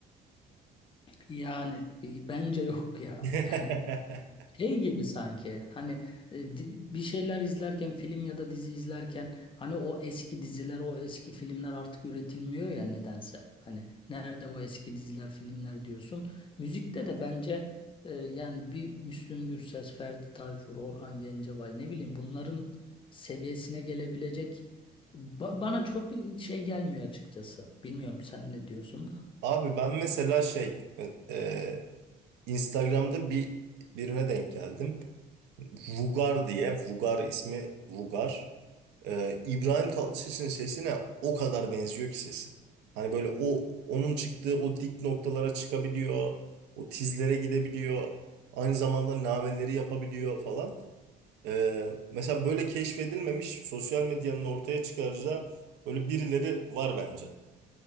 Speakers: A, on the left; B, on the right.
A: Yani e, bence yok ya.
B: <laughs>
A: Yani Şey gibi sanki hani e, di- bir şeyler izlerken film ya da dizi izlerken hani o eski diziler o eski filmler artık üretilmiyor ya nedense. Hani nerede o eski diziler filmler diyorsun. Müzikte de bence e, yani bir Müslüm Gürses, Ferdi Tayfur, Orhan Gencebay ne bileyim bunların seviyesine gelebilecek ba- bana çok şey gelmiyor açıkçası. Bilmiyorum sen ne diyorsun da.
B: Abi ben mesela şey e, Instagram'da bir birine denk geldim. Vugar diye Vugar ismi Vugar. Ee, İbrahim Tatlıses'in sesine o kadar benziyor ki sesi. Hani böyle o onun çıktığı o dik noktalara çıkabiliyor. O tizlere gidebiliyor. Aynı zamanda nameleri yapabiliyor falan. Ee, mesela böyle keşfedilmemiş sosyal medyanın ortaya çıkaracağı böyle birileri var bence.